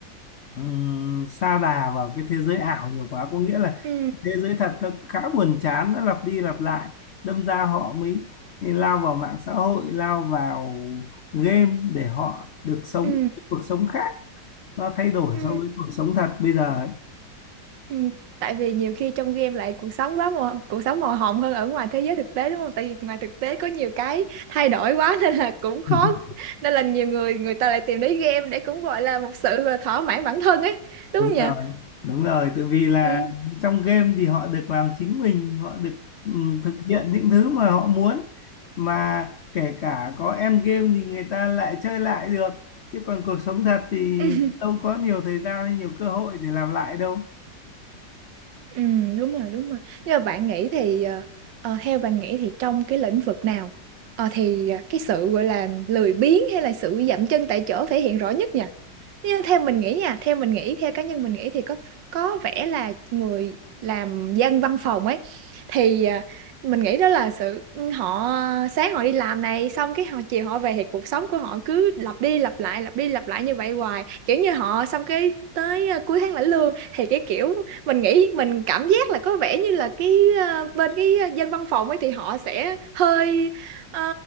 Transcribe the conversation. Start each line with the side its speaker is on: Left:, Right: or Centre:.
Left: ừm, sa đà vào cái thế giới ảo nhiều quá có nghĩa là
Right: Ừ,
Left: thế giới thật nó khá buồn chán nó lặp đi lặp lại đâm ra họ mới lao vào mạng xã hội lao vào game để họ được sống
Right: ừ,
Left: cuộc sống khác nó thay đổi
Right: ừ.
Left: so với cuộc sống thật bây giờ ấy.
Right: Ừ, tại vì nhiều khi trong game lại cuộc sống quá màu, cuộc sống màu hồng hơn ở ngoài thế giới thực tế đúng không? Tại vì ngoài thực tế có nhiều cái thay đổi quá <laughs> nên là cũng khó
Left: <laughs>
Right: nên là nhiều người người ta lại tìm đến game để cũng gọi là một sự là thỏa mãn bản thân ấy đúng
Left: đúng
Right: không
Left: rồi
Right: nhỉ?
Left: đúng rồi tại vì là
Right: Ừ.
Left: trong game thì họ được làm chính mình họ được ừ, thực hiện những thứ mà họ muốn mà kể cả có end game thì người ta lại chơi lại được chứ còn cuộc sống thật thì
Right: Ừ, <laughs>
Left: đâu có nhiều thời gian hay nhiều cơ hội để làm lại đâu
Right: Ừ, đúng rồi đúng rồi. Nhưng mà bạn nghĩ thì ờ, ờ, theo bạn nghĩ thì trong cái lĩnh vực nào ờ, thì ờ, cái sự gọi là lười biếng hay là sự dậm chân tại chỗ thể hiện rõ nhất nhỉ? nhưng theo mình nghĩ nha theo mình nghĩ theo cá nhân mình nghĩ thì có có vẻ là người làm dân văn phòng ấy thì à, mình nghĩ đó là sự ừ, họ sáng họ đi làm này xong cái họ chiều họ về thì cuộc sống của họ cứ lặp đi lặp lại lặp đi lặp lại như vậy hoài kiểu như họ xong cái tới à, cuối tháng lãnh lương thì cái kiểu mình nghĩ mình cảm giác là có vẻ như là cái à, bên cái à, dân văn phòng ấy thì họ sẽ hơi Ờ,